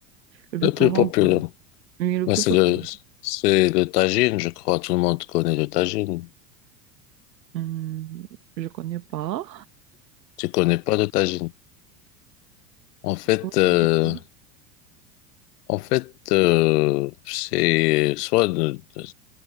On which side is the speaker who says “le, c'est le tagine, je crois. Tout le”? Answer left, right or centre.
Left